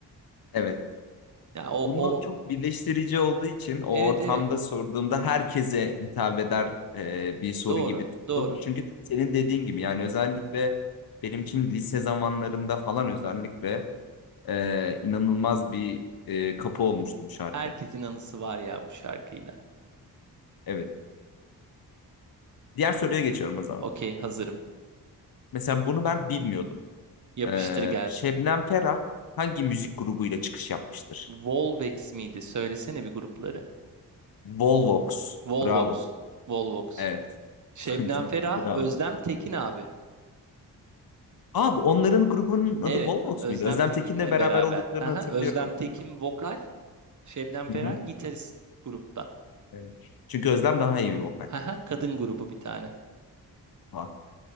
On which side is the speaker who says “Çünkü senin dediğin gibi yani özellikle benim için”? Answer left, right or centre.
Left